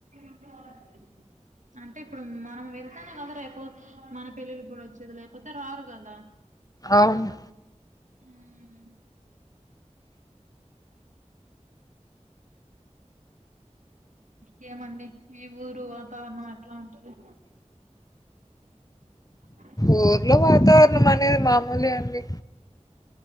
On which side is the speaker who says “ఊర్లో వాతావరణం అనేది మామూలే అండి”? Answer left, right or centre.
Left